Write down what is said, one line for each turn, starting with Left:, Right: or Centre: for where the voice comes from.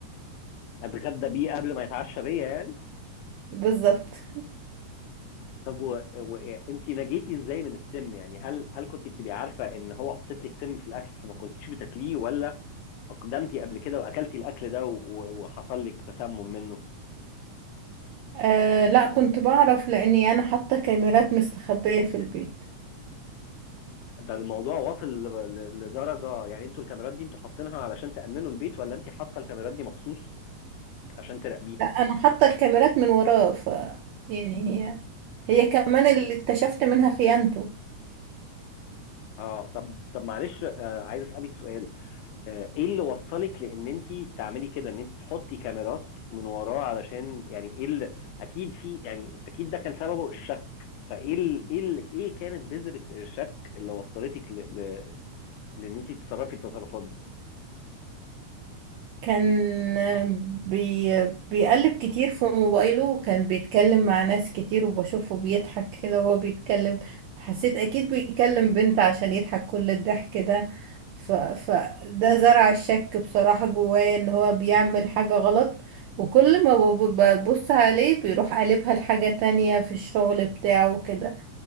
Left: اتغدى بيه قبل ما يتعشى بيا يعني
Right: بالظبط
Left: طب وانت نجيتي ازاي من السم يعني هل هل كنت بتبقي عارفة ان هو حاطط لك سم في الاكل فما كنتيش بتاكليه ولا اقدمتي قبل كده واكلتي الاكل ده و- و- وحصل لك تسمم منه
Right: آه لا كنت بعرف لأني أنا حاطة كاميرات مستخبية في البيت
Left: ده الموضوع واصل ل- ل- لدرجة يعني انتوا الكاميرات دي انتوا حاطينها علشان تأمنوا البيت ولا انت حاطة الكاميرات دي مخصوص عشان تراقبيه
Right: لا أنا حاطة الكاميرات من وراه ف يعني هي هي كمان اللي اكتشفت منها خيانته
Left: اه طب طب معلش آه عايز اسالك سؤال آه ايه اللي وصلك لان انت تعملي كده ان انت تحطي كاميرات من وراه علشان يعني ايه اللي اكيد في يعني اكيد ده كان سببه الشك فايه ال... ايه ال... ايه كانت بذرة الشك اللي وصلتك ل... ل... لان انت تتصرفي التصرفات دي
Right: كان بي بيقلب كتير في موبايله وكان بيتكلم مع ناس كتير وبشوفه بيضحك كده وهو بيتكلم حسيت أكيد بيكلم بنت عشان يضحك كل الضحك ده ف... فده زرع الشك بصراحة جوايا إن هو بيعمل حاجة غلط وكل ما بب- ببص عليه بيروح قلبها لحاجة تانية في الشغل بتاعه كده